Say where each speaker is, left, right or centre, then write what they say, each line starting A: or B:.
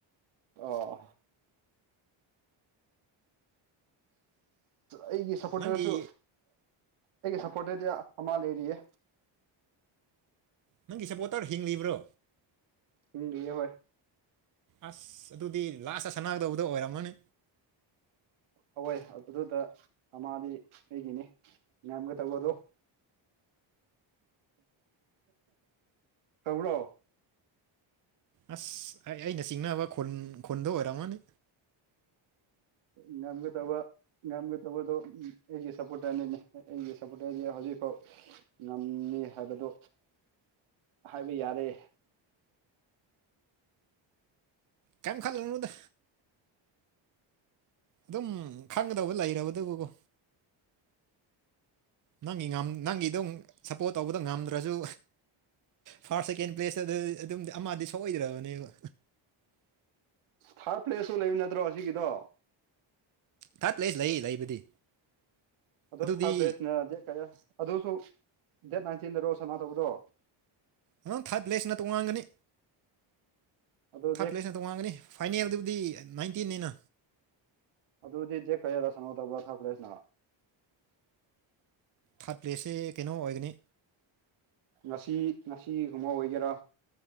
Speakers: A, on the right (about 80°); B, on the right (about 40°).
A: ꯑꯣ ꯑꯩꯒꯤ ꯁꯞꯄꯣꯔꯇꯔꯁꯨ
B: ꯅꯪꯒꯤ
A: ꯑꯩꯒꯤ ꯁꯄꯣꯔꯇꯔꯗꯤ ꯑꯃ ꯂꯩꯔꯤꯌꯦ
B: ꯅꯪꯒꯤ ꯁꯄꯣꯔꯇꯔ ꯍꯤꯡꯂꯤꯕ꯭ꯔꯣ
A: ꯏꯤꯡꯗꯦ ꯍꯣꯏ
B: ꯑꯁ ꯑꯗꯨꯗꯤ ꯂꯥꯁꯇ ꯁꯅꯥꯒꯗꯧꯕꯗꯣ ꯑꯣꯏꯔꯝꯃꯅꯤ
A: ꯑꯋꯣꯏ ꯑꯗꯨꯗ ꯃꯥꯗꯤ ꯑꯩꯒꯤꯅꯤ ꯉꯌꯥꯝꯒ ꯇꯧꯕꯗꯣ ꯀꯧꯕ꯭ꯔꯣ
B: ꯑꯁ ꯑꯩ ꯑꯩꯅ ꯆꯤꯡꯅꯕ ꯈꯨꯟ ꯈꯨꯟꯗꯣ ꯑꯣꯏꯔꯝꯃꯅꯤ
A: ꯉꯝꯒꯗꯕ꯫ ꯉꯝꯒꯗꯧꯕꯗꯣ ꯑꯩꯒꯤ ꯁꯞꯄꯣꯔꯇꯔꯅꯤꯅꯦ ꯑꯩꯒꯤ ꯁꯞꯄꯣꯔꯇꯔꯗꯤ ꯍꯧꯖꯤꯛꯐꯥꯎ ꯉꯝꯃꯤ ꯍꯥꯏꯕꯗꯨ ꯍꯥꯏꯕ ꯌꯥꯔꯦ
B: ꯀꯩꯝ ꯈꯜꯂꯨꯗ ꯑꯗꯨꯝ ꯈꯪꯒꯗꯧꯕ ꯂꯩꯔꯕꯗꯨꯕꯨꯀꯣ ꯅꯪꯒꯤ ꯅꯪꯒꯤ ꯑꯗꯨꯝ ꯁꯞꯄꯣꯔꯠ ꯇꯧꯕꯗ ꯉꯝꯗ꯭ꯔꯁꯨ ꯐꯥꯔꯁ ꯁꯦꯀꯦꯟ ꯄ꯭ꯂꯦꯁꯇ ꯑꯗꯨꯝꯗꯤ ꯑꯃꯗꯤ ꯁꯣꯛꯑꯣꯏꯗ꯭ꯔꯕꯅꯦꯕ
A: ꯊꯥꯔꯠ ꯄ꯭ꯂꯦꯁꯁꯨ ꯂꯩꯕ ꯅꯠꯇ꯭ꯔꯣ ꯑꯁꯤꯒꯤꯗꯣ
B: ꯊꯥꯔꯠ ꯄ꯭ꯂꯦꯁ ꯂꯩ ꯂꯩꯕꯗꯤ
A: ꯑꯗꯣ
B: ꯑꯗꯨꯗꯤ
A: ꯊꯥꯔꯠ ꯄ꯭ꯔꯦꯖꯅ ꯗꯦꯠ ꯀꯌꯥ ꯑꯗꯨꯁꯨ ꯗꯦꯠ ꯅꯥꯏꯟꯇꯤꯟꯗꯔꯣ ꯁꯅꯥ ꯊꯧꯕꯗꯣ
B: ꯅꯪ ꯊꯥꯔꯠ ꯄ꯭ꯂꯦꯁꯅ ꯇꯣꯉꯥꯟꯒꯅꯤ
A: ꯑꯗꯨ ꯗꯦꯠ
B: ꯊꯥꯔꯠ ꯄ꯭ꯂꯦꯁꯅꯇ ꯋꯥꯡꯒꯅꯤ ꯐꯥꯏꯅꯦꯜꯗꯨꯕꯨꯗꯤ ꯅꯥꯏꯟꯇꯤꯅꯤꯅ
A: ꯑꯗꯨꯗꯤ ꯆꯖꯦ ꯀꯔꯤꯔ ꯁꯅꯧ ꯇꯕ꯭ꯔꯥ ꯊꯛꯈ꯭ꯔꯦꯁꯤꯅ
B: ꯊꯥꯔꯠ ꯄ꯭ꯂꯦꯁꯁꯦ ꯀꯩꯅꯣ ꯑꯣꯏꯒꯅꯤ
A: ꯉꯁꯤ ꯉꯁꯤꯒꯨꯝꯕꯥꯎ ꯑꯣꯏꯒꯦꯔꯥ꯫